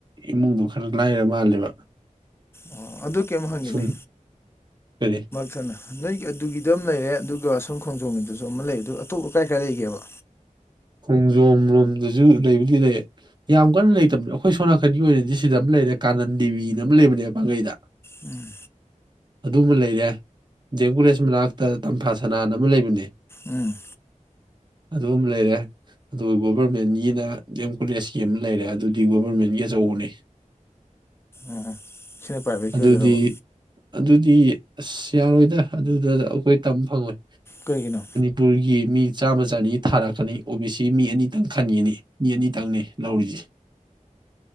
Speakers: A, on the right (about 35°); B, on the left (about 20°).
A: ꯏꯃꯨꯡꯗꯣ ꯈꯔ ꯂꯥꯏꯔ ꯃꯥꯜꯂꯦꯕ
B: ꯑꯣ ꯑꯗꯨ ꯀꯩꯝ ꯍꯪꯒꯦꯅꯦ
A: ꯁꯨꯝ ꯀꯔꯤ
B: ꯁꯅ ꯅꯣꯏꯒꯤ ꯑꯗꯨꯒꯤꯗ ꯑꯃ ꯂꯩꯔꯦ ꯑꯗꯨꯒ ꯁꯣꯝ ꯈꯣꯡꯖꯣꯝꯒꯤꯗꯁꯨ ꯑꯃ ꯂꯩ ꯑꯗꯨ ꯑꯇꯣꯞꯄ ꯀꯥꯏ ꯀꯥꯏ ꯂꯩꯒꯦꯕ
A: ꯈꯣꯡꯖꯣꯝ ꯂꯣꯝꯗꯁꯨ ꯂꯩꯕꯨꯗꯤ ꯂꯩ ꯌꯥꯝ ꯀꯟꯅ ꯂꯩꯇꯕ꯭ꯔꯣ ꯑꯩꯈꯣꯏ ꯁꯣꯝꯅꯥꯀꯟꯒꯤ ꯑꯣꯏꯅꯗꯤ ꯁꯤꯗ ꯑꯃ ꯂꯩꯔꯦ ꯀꯥꯅꯟꯗꯦꯕꯤꯗ ꯑꯃ ꯂꯩꯕꯅꯦꯕ ꯄꯥꯡꯒꯩꯗ
B: ꯎꯝ
A: ꯑꯗꯨꯃ ꯂꯩꯔꯦ ꯖꯦꯝ ꯀꯣꯂꯦꯖ ꯃꯅꯥꯛꯇ ꯇꯝꯐꯥ ꯁꯅꯥꯅ ꯑꯃ ꯂꯩꯕꯅꯦ
B: ꯎꯝ
A: ꯑꯗꯨꯝ ꯂꯩꯔꯦ ꯑꯗꯨꯒ ꯒꯣꯕꯔꯃꯦꯟꯒꯤꯅ ꯗꯦꯝ ꯀꯣꯂꯦꯖꯀꯤ ꯑꯃ ꯂꯩꯔꯦ ꯑꯗꯨꯗꯤ ꯒꯣꯕꯔꯃꯦꯟꯒꯤ ꯑꯆꯧꯕꯅꯤ
B: ꯑꯣ ꯁꯤꯅ ꯄ꯭ꯔꯥꯏꯚꯦꯠꯀꯤ
A: ꯑꯗꯨꯗꯤ
B: ꯑꯣꯏꯗꯣꯏꯔꯕ
A: ꯑꯗꯨꯗꯤ ꯑꯁ ꯌꯥꯔꯣꯏꯗ ꯑꯗꯨꯗ ꯑꯩꯈꯣꯏ ꯇꯝ ꯐꯪꯉꯣꯏ
B: ꯀꯩꯒꯤꯅꯣ
A: ꯄꯨꯔꯒꯤ ꯃꯤ ꯆꯥꯝꯃ ꯆꯅꯤ ꯊꯥꯔꯛꯀꯅꯤ ꯑꯣ ꯕꯤ ꯁꯤ ꯃꯤ ꯑꯅꯤꯇꯪ ꯈꯟꯒꯤꯅꯤ ꯃꯤ ꯑꯅꯤꯇꯪꯅꯦ ꯂꯧꯔꯤꯁꯦ